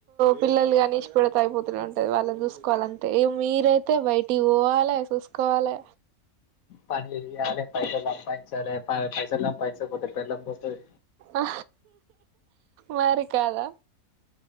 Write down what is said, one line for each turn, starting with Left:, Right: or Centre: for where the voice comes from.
Right: పిల్లలు గాని ఇష్టపడతా అయిపోతు ఉంటది వాళ్ళని చూసుకోవాలంతే మీరైతే బయటి ఇది పోవాలి చూసుకోవాలి
Left: పని చెయ్యాలె పైసలు సంపాయించాలే పైసలు సంపాయికుంటే పెళ్ళాం కొడతాది
Right: ఆ మరి కాదా